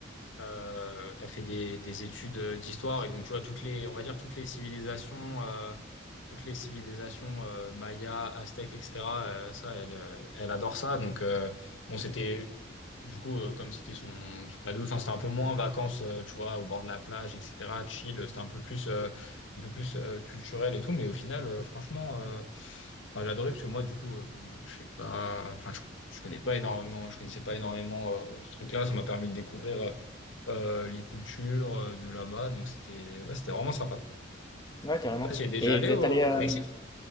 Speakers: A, on the left (about 75°); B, on the left (about 20°).
A: euh, elle fait des, des études euh, d'histoire et donc tu vois toutes les, on va dire toutes les civilisations, euh, toutes les civilisations euh, Maya, Aztèques, etc. euh, ça, elle, euh, elle adore ça. Donc euh, bon, c'était du coup euh, comme c'était son ado, enfin c'était un peu moins vacances, euh, tu vois, au bord de la plage, etc. Chill, c'était un peu plus, euh, un peu plus euh, culturel et tout. Mais au final, euh, franchement, euh, enfin, j'ai adoré parce que moi, du coup, euh, comme euh, je sais pas, enfin je, je connais pas énormément, je connaissais pas énormément euh, ce truc-là, ça m'a permis de découvrir. euh, euh, les cultures euh, de là-bas. Donc c'était ouais, c'était vraiment sympa.
B: Ouais, carrément.
A: Ah, Tu es déjà
B: Et
A: allé
B: vous êtes
A: au,
B: allé... euh,
A: au Mexique?